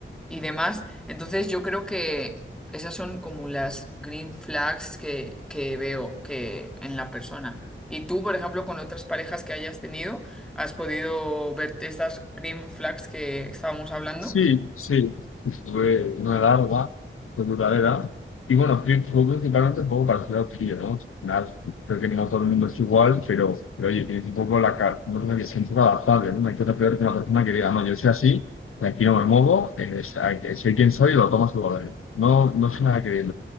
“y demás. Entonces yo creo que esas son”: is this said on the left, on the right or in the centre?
Centre